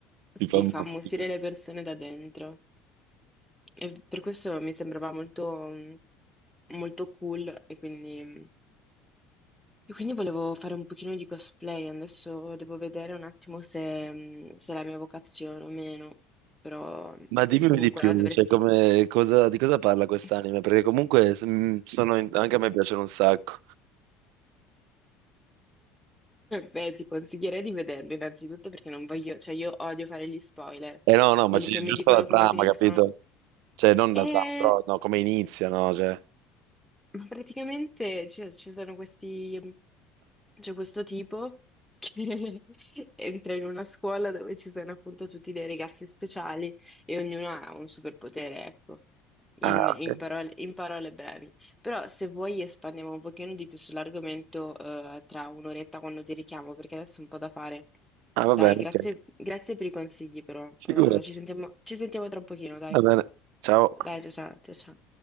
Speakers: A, in the centre; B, on the right.
A: sì,
B: di mamma
A: fa ammuffire
B: mia.
A: le persone da dentro. E per questo mi sembrava molto, molto cool e quindi, e quindi volevo fare un pochino di cosplay. Adesso devo vedere un attimo se, se è la mia vocazione o meno, però
B: Ma dimmi
A: perché comunque
B: di più,
A: là dovresti...
B: cioè, come- cosa-
A: <laughs>
B: di cosa parla quest'anime? Perché comunque mm, sono in- anche a me piacciono un sacco.
A: Beh, ti consiglierei di vederlo innanzitutto perché non voglio, cioè io odio fare gli spoiler,
B: Eh no, no, ma
A: quelli
B: gi-
A: che mi
B: giusto
A: dicono
B: la trama,
A: come finiscono.
B: capito? Cioè, non la
A: "Eh,
B: trama, però no, come inizia, no? Cioè...
A: Ma praticamente ci ci sono questi C'è questo tipo che <laughs> entra in una scuola dove ci sono appunto tutti dei ragazzi speciali e ognuno ha un superpotere, ecco, in,
B: Ah,
A: in
B: ok.
A: parole, in parole brevi. Però se vuoi espandiamo un pochino di più sull'argomento eh, tra un'oretta quando ti richiamo, perché adesso è un po' da fare.
B: Ah, va
A: Dai,
B: bene,
A: grazie,
B: ok.
A: grazie per i consigli però.
B: Figurati.
A: Eh, ci sentiamo, ci sentiamo tra un pochino, dai.
B: Va bene. Ciao.
A: Dai, ciao ciao, ciao ciao.